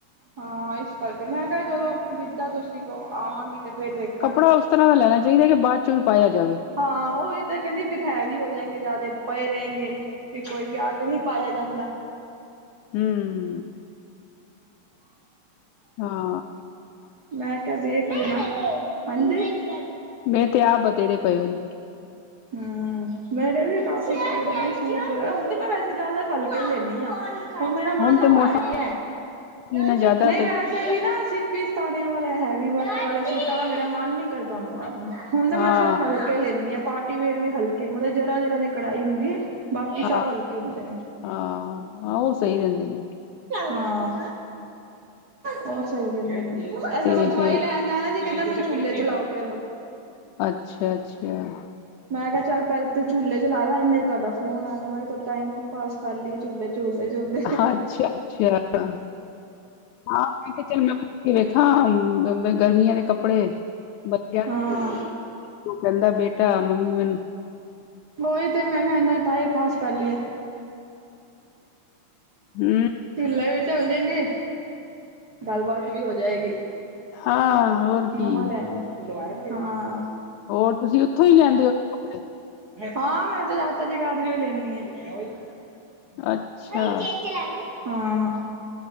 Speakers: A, on the right (about 65°); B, on the left (about 80°).
A: ਹਾਂ ਇਸ ਕਰਕੇ ਮੈਂ ਕਿਹਾ ਚਲੋ ਜਿੱਦਾਂ ਤੁਸੀਂ ਕੋ ਆਵਾਂਗੀ ਤੇ ਫੇਰ ਵੇਖ
B: ਕੱਪੜਾ ਉਸ ਤਰ੍ਹਾਂ ਦਾ ਲੈਣਾ ਚਾਹੀਦਾ ਕਿ ਬਾਅਦ ਚ ਵੀ ਪਾਇਆ ਜਾਵੇ।
A: ਹਾਂ ਉਹੀ ਤਾਂ ਕਹਿੰਦੀ ਫਿਰ ਹੈਵੀ ਹੋ ਜਾਏਗੇ ਜ਼ਿਆਦਾ ਪਏ ਰਹੇਗੇ ਵੀ ਕੋਈ ਵੀ ਹੱਥ ਵੀ ਪਾਇਆ ਜਾਂਦਾ
B: ਹੂੰ - ਹਾਂ
A: ਮੈਂ ਕਿਹਾ ਦੇਖ ਹਾਂਜੀ-
B: ਮੈਂ ਤੇ ਆ ਵਧੇਰੇ ਪਏ ਉਹਨੇ-
A: ਹੂੰ ਮੇਰੇ ਵੀ ਕਾਫੀ ਸੂਟ ਹੁਣ ਮੈ ਵੈਸੇ ਜ਼ਿਆਦਾ ਹਲਕੇ ਹੀ ਲੈਦੀ ਹ ਹੁਣ ਮੇਰਾ ਮਨ
B: ਤੇ
A: ਨਾ
B: ਮੌਸਮ
A: ਭਰ ਗਿਆ ਨਹੀ
B: ਇੰਨਾ ਜ਼ਿਆਦਾ
A: ਮੈ
B: ਤੇ
A: ਵੀ ਨਾ ਸੀਪੀ ਸਤਾਰਿਆਂ ਵਾਲੇ ਹੈਵੀ ਵਰਕ ਵਾਲੇ ਸੂਟਾਂ ਦਾ ਮੇਰਾ ਮਨ ਨੀ ਕਰਦਾ ਪਾਉਣ ਦਾ ਹੁਣ ਤਾਂ
B: ਹਾਂ
A: ਮੈਂ ਸਭ ਹਲਕੇ ਲੈਂਦੀ ਆ ਪਾਰਟੀ ਵੇਅਰ ਵੀ ਹਲਕੇ ਮਤਲਬ ਜਰਾ ਜਰਾ ਦੀ ਕੜਾਈ ਹੁੰਦੀ ਹੈ। ਬਾਕੀ
B: ਹਾਂ
A: ਸਭ ਹਲਕੇ ਹੁੰਦੇ ਨੇ-
B: ਹਾਂ ਆਹ ਉਹ ਸਹੀ ਰਹਿੰਦੇ ਨੇ-
A: ਹਾਂ ਉਹ ਸਹੀ ਰਹਿੰਦੇ ਨੇ ਐ
B: ਤੇ
A: ਸਕੋ ਦਵਾਈ
B: ਫਿਰ
A: ਲੈ ਜਾਣਾ ਸੀ ਕਹਿਦਾ ਮੈ ਚੂਲੇ 'ਚ ਲਾਓ ਪਹਿਲੋ
B: ਅਛਾ- ਅਛਾ-
A: ਮੈਂ ਕਿਹਾ ਚੱਲ ਪਹਿਲ ਤਾਂ ਝੁੱਲੇ ਚੁਲਾਲਾ ਇੰਨੇ ਤੁਹਾਡਾ ਫੋਨ ਆ ਗਿਆ ਮੈਂ ਕਿਹਾ ਚੱਲ ਟਾਈਮ ਪਾਸ ਕਰ ਲਈਏ ਚੁੂੇ ਝੂਲਦੇ- ਝੂਲਦੇ-
B: ਹਾਂ ਅਛਾ- ਅਛਾ- ਹਾਂ ਮੈਂ ਕਿਹਾ ਚਲ ਮੈਂ ਉੱਠ ਕੇ ਵੇਖਾ ਗਰਮੀਆਂ ਦੇ ਕੱਪੜੇ ਬਚਿਆ
A: ਹਾਂ
B: ਤੂੰ ਕਹਿੰਦਾ ਬੇਟਾ ਮੰਮੀ ਮੈਨ
A: ਉਹੀ ਤੇ ਮੈਂ ਕਿਹਾ ਇਨਾ ਟਾਈਮ ਪਾਸ ਕਰ ਲਈਏ
B: ਹੂੰ -
A: ਝੂਲੇ ਵੀ ਚਲ ਜਾਣਗੇ, ਗੱਲ ਬਾਤ ਵੀ ਹੋ ਜਾਏਗੀ
B: ਹਾਂ ਹੋਰ- ਕੀ
A: ਨਵਾਂ ਲਿਆਏ ਨੇ, ਹਾਂ
B: ਹੋਰ ਤੁਸੀਂ ਉੱਥੋਂ ਹੀ ਲਿਆਂਦੇ ਹੋ ਕੱਪੜੇ
A: ਹਾਂ ਮੈਂ ਤੇ ਜਿਆਦਾਤਰ ਜਗਾਧਰੀ ਹੀ ਲੈਂਦੀ ਆ ਹਾ-
B: ਅੱਛਾ